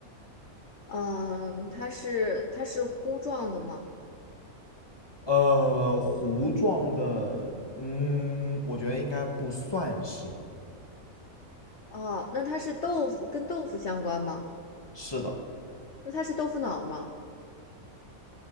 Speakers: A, on the left (about 50°); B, on the left (about 15°).
A: 嗯，它是它是糊状的吗？
B: 呃，糊状的，嗯，我觉得应该不算是吧？
A: 哦，那它是豆腐跟豆腐相关吗？
B: 是的，
A: 那它是豆腐脑吗？